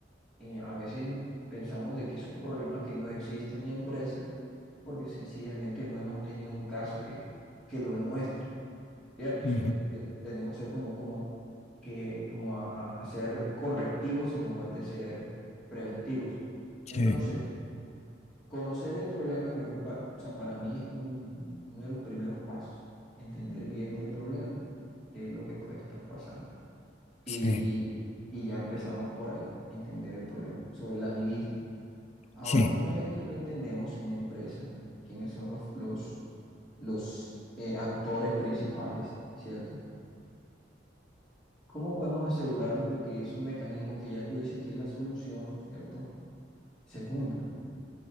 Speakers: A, in the centre; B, on the left.
A: Eh, a veces pensamos de que es un problema que no existe en la empresa porque sencillamente no hemos tenido un caso que, que lo demuestre, ¿cierto?
B: ujú,
A: Siempre eh, tenemos eh, como, como, que, como a, a- a ser correctivos en lugar de ser preventivos.
B: sí,
A: Entonces, conocer el problema creo que pa- o sea, para mí es como un- un- uno de los primeros pasos, entender bien el problema, qué es lo que puede estar pasando y,
B: sí,
A: y- y ya empezamos por ahí, entender el problema sobre el amiguismo. Ahora,
B: sí.
A: una vez que lo entendemos en la empresa, quiénes son los, los, los eh, actores principales, ¿cierto? ¿Cómo podemos asegurarnos de que esos mecanismos que ya tú dices que es la solución, ¿cierto? Se cumplan.